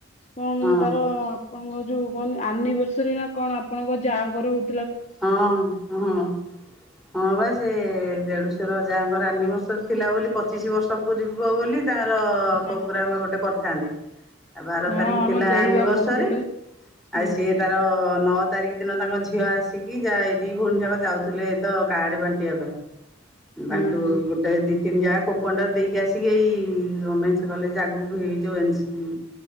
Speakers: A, on the left; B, in the centre.
A: କଣ
B: ହଁ
A: ତାର ଆପଣଙ୍କ ଯୋଉ କଣ ଆନିଭର୍ସରୀ ନା କଣ ଆପଣଙ୍କ ଯାଙ୍କର ହଉ
B: ହଁ ହ ହଁ ବା ସେ ଦେଢଶୁ ର ଯାଆ ଙ୍କର ଆନିଭର୍ସରୀ ଥିଲା ବୋଲି ପଚିଶି ବର୍ଷ ପୂରିବ ବୋଲି ତାହାର
A: ହଁ
B: ପ୍ରୋଗ୍ରାମ ଗୋଟେ କରିଥାନ୍ତେ। ଆଉ ବାର
A: ହଁ
B: ତାରିଖ ଥିଲା
A: ଆମ ଦେଇ
B: ଆନିଭର୍ସରୀ
A: ବା କହୁଥିଲେ ହଁ
B: ଆଉ ସିଏ ତାର ନଅ ତାରିଖ ଦିନ ତାଙ୍କ ଝିଅ ଆସି କି ଯାଏ ଦି ଭଉଣୀ ଯାକ ଯାଉଥିଲେ ତ କାଡେ ବାଣ୍ଟିବା ପାଇଁ। ବାଣ୍ଟୁ
A: ହଁ ହଁ
B: ଗୋଟେ ଦି ତିନି ଯା ପଣ୍ଡା ଦେଇକି ଆସିକି ଏଇ ଓମେନ୍ସ କଲେଜ ଆଗକୁ ବି ଯୋଉ ଏନସି